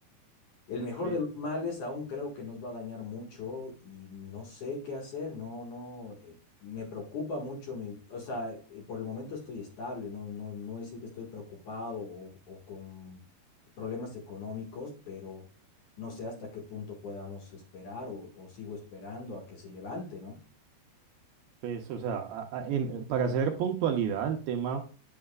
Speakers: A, on the left; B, on the right.
A: el mejor
B: Eh,
A: de los males aún creo que nos va a dañar mucho y no sé qué hacer, no, no, eh, me preocupa mucho, mi, o sea, eh, por el momento estoy estable, no, no, no decir que estoy preocupado o, o con problemas económicos, pero no sé hasta qué punto podamos esperar o, o sigo esperando a que se levante, ¿no?
B: Pues, o sea, a- a- en- para hacer puntualidad el tema